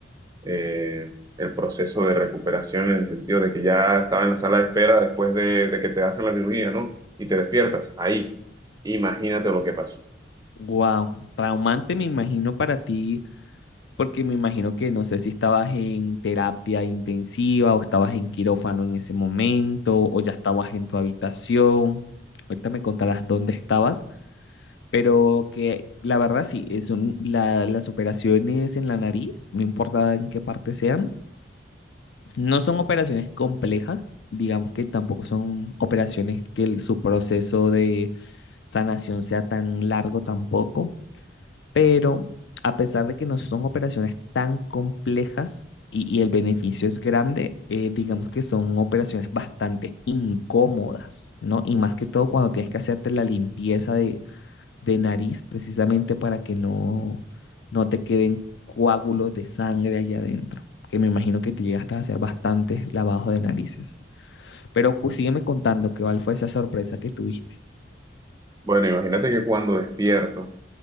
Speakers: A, on the right (about 20°); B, on the left (about 65°).
A: eh, el proceso de recuperación en el sentido de que ya estaba en la sala de espera después de, de que te hacen la cirugía, ¿no? Y te despiertas ahí. Imagínate lo que pasó.
B: Wow, traumante me imagino para ti Porque me imagino que no sé si estabas en terapia intensiva o estabas en quirófano en ese momento o ya estabas en tu habitación. Ahorita me contarás dónde estabas, pero que la verdad sí, es un- la- las operaciones en la nariz, no importa en qué parte sean, no son operaciones complejas, digamos que tampoco son operaciones que el- su proceso de sanación sea tan largo tampoco pero a pesar de que no son operaciones tan complejas y, y el beneficio es grande, eh, digamos que son operaciones bastante incómodas, ¿no? Y más que todo cuando tienes que hacerte la limpieza de, de nariz precisamente para que no, no te queden coágulos de sangre allá adentro, que me imagino que te llegaste a hacer bastantes lavados de narices. Pero cu- sígueme contando qué cuál fue esa sorpresa que tuviste.
A: Bueno, imagínate que cuando despierto